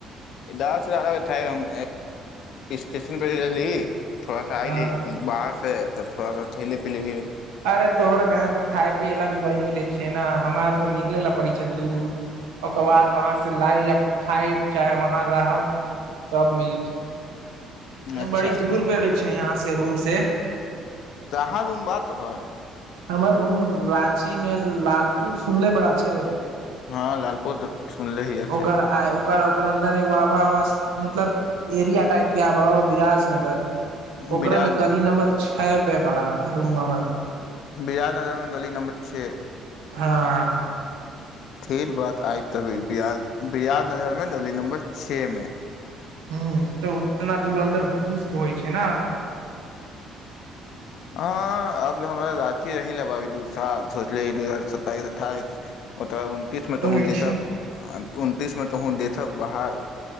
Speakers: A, on the left; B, on the right.
A: जादास से जादा बैठ हम स्टेशन पर रहली थोड़ा सा अइली
B: ह
A: बाहर से तऽ थोड़ा सा थैलि पीलही
B: अरे तोहर भ‌ए तऽ खाय पिला भी बड़ी मिलै छै ने हमार तऽ निकले ल पड़ी छै दूर ओकर बाद वहाँ से लाइल खाय चाहे वहाँ रहब तब मिलै छै
A: अच्छा
B: बड़ी दूर प रहै छै यहाँसँ रूमसें
A: कहाँ रूम बात तोहर
B: हमर रूम राची मे लालपुर सुनले बड़ा छै
A: हँ लालपुर सुनले हीये छै
B: ओकर आ ओकर ओकर अन्दर आब हवा मतलब एरिया टाइप के आब हा बिराज नगर ओकरामे
A: बिराज नगर
B: गली नंबर छैओ पे पड़ा रूम नम्बर
A: बियादनगरमे दली नम्बर छे
B: हँ
A: ठीत बात आबि तब बि बियाद नगरमे गली नंबर छे मे
B: ह तऽ उतना दूर अन्दर घूस होइ छै ने
A: हँ अब हमरा अथी रही लेबभी दू साल सोचले दू हजार सताइस अठाइस ओतऽ उनतीसमे तऽ
B: अच्छा
A: देशक उनतीस मे तोहूँ देथब बाहर